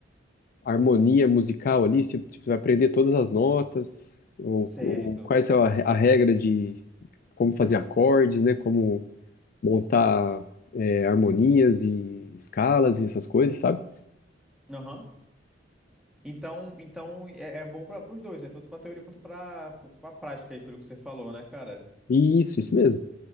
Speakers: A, on the left; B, in the centre.
A: harmonia musical ali, se se você vai aprender todas as notas, ou,
B: Certo.
A: ou quais é a, a regra de como fazer acordes, né? Como montar é, harmonias e escalas e essas coisas, sabe?
B: Aham. Então, então é, é bom para os dois, né? Tanto pra teoria quanto pra, pra prática aí, pelo que você falou, né, cara?
A: E isso, isso mesmo.